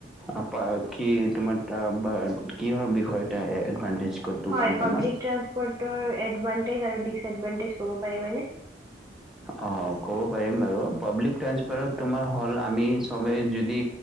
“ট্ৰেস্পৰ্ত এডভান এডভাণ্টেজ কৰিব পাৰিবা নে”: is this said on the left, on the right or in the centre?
Right